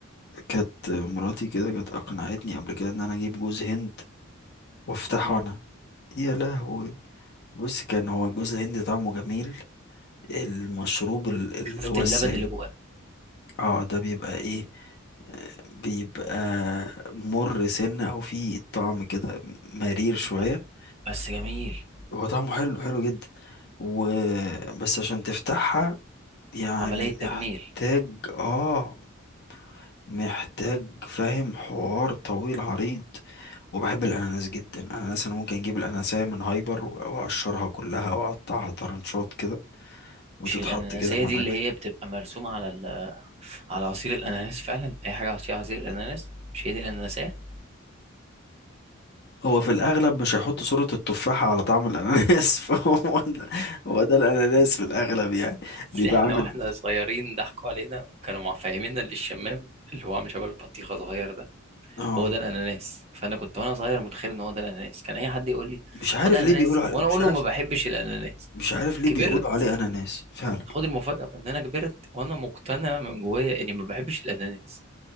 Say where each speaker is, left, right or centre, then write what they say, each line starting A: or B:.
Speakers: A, on the left (about 50°); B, on the right (about 30°).
A: كانت مراتي كده كانت اقنعتني قبل كده ان انا اجيب جوز هند وافتحه
B: مم.
A: انا يا لهوي بص كان هو جوز الهند طعمه جميل المشروب ال- اللي
B: شفت
A: هو
B: اللبن
A: السائل
B: اللي جواه
A: اه ده بيبقى ايه آه، بيبقى مر سنة او فيه طعم كده مرير شوية
B: لا، بس جميل
A: هو طعمه حلو حلو جدا و بس عشان تفتحها يعني
B: عمليه تجميل
A: محتاج اه محتاج فاهم حوار طويل عريض وبحب الاناناس جدا الاناناس انا ممكن اجيب الاناناسية من هايبر و- واقشرها كلها واقطعها طرنشات كده وتتحط
B: مش الاناناسيه
A: كده مع
B: دي
A: الاكل
B: اللي هي بتبقى مرسومه على ال... على عصير الاناناس فعلا اي حاجه عصير عصير الاناناس مش هي دي الاناناسيه
A: هو في الاغلب مش هيحط صورة التفاحة على طعم الاناناس <laughs> فهو ده هو ده الاناناس في الاغلب يعني
B: اصل
A: بيبقى
B: احنا
A: عامل
B: واحنا صغيرين ضحكوا علينا وكانوا مفهميننا اللي الشمام اللي هو عامل شبه البطيخه صغير ده
A: اه
B: هو ده الاناناس فانا كنت وانا صغير متخيل ان هو ده الاناناس كان اي حد يقول لي
A: مش عارف
B: خد اناناس
A: ليه بيقولوا على...
B: وانا
A: مش
B: اقول
A: عارف
B: له ما بحبش الاناناس
A: مش عارف ليه
B: كبرت
A: بيقولوا عليه اناناس فعلا
B: خد المفاجأة بقى ان انا كبرت وانا مقتنع من جوايا اني ما بحبش الاناناس